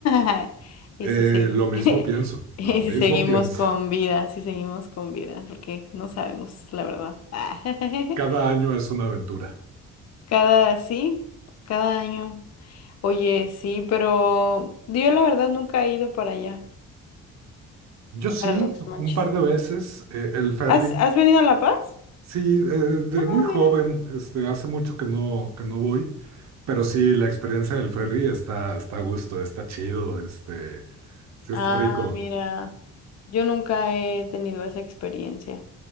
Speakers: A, on the left; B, on the right.
A: <laughs> Y
B: eh,
A: si segui-
B: lo mismo
A: <laughs>
B: pienso,
A: y
B: lo
A: si
B: mismo
A: seguimos
B: pienso.
A: con vida, si seguimos con vida, porque no sabemos, la verdad. <laughs>
B: Cada año es una aventura.
A: Cada, sí, cada año. Oye, sí, pero yo la verdad nunca he ido para allá,
B: Yo sí,
A: para los monchis.
B: un par de veces, eh, el ferry
A: ¿Has, has venido a La Paz?
B: Sí, eh, de
A: Ah,
B: muy joven,
A: mira.
B: este, hace mucho que no, que no voy, pero sí, la experiencia del ferry está, está a gusto, está chido, este, sí
A: Ah,
B: está rico.
A: mira, yo nunca he tenido esa experiencia.